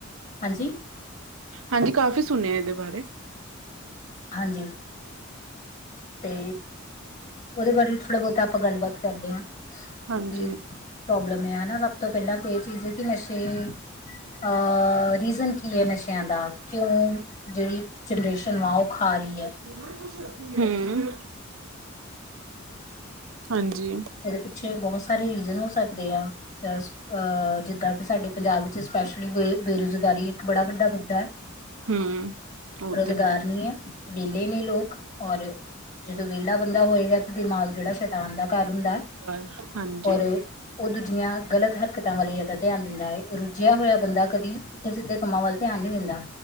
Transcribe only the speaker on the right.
ਹਾਂਜੀ ਕਾਫ਼ੀ ਸੁਨੇਐ ਐਦੇ ਬਾਰੇ।
ਹਾਂਜੀ।
ਹੂੰ, ਹਾਂਜੀ।
ਹੂੰ ਉਹ
ਤੇ ਹੈ।
ਪਰ ਹਾਂਜੀ